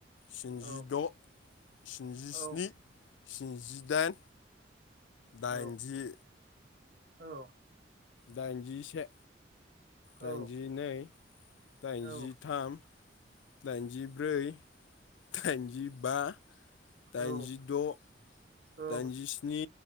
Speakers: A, on the left; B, on the right.
A: स्निजिद'
B: औ
A: स्निजिस्नि
B: औ
A: स्निजिदाइन दाइनजि
B: औ औ
A: दाइनजिसे
B: औ
A: दाइनजिनै दाइनजिथाम
B: औ
A: दाइनजिब्रै दाइनजिबा दाइनजि
B: औ
A: द'
B: औ
A: दाइनजिस्नि